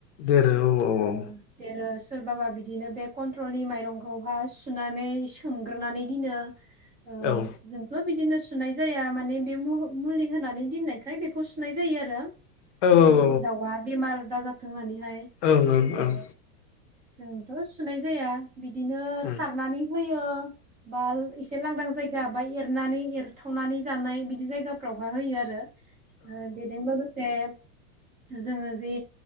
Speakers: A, on the left (about 50°); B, on the right (about 20°).
A: देर औ औ
B: ओ
A: औ
B: देरो सोरबाबा बिदिनो बे कन्ट्रलनि माइरंखौहाय सुनानै सोमग्रोनानै दिनो ओ
A: औ
B: जोंथ' बिदिनो सुनाय जाया माने बे मह मुलि होनानै दोननायखाय बेखौ सुनाय जायो आरो
A: औ
B: जेन
A: औ
B: दाउआ बेमार दा जाथों होननानैहाय
A: ओं ओं
B: ओ
A: ओं
B: जोंथ' सुनाय जाया बिदिनो
A: उम
B: सारनानै होयो बाल एसे लांदां जायगा आबाय एरनानै एरथावनानै जानाय बिदि जायगाफ्रावहा होयो आरो ओ बेदों लोगोसे जोङो जे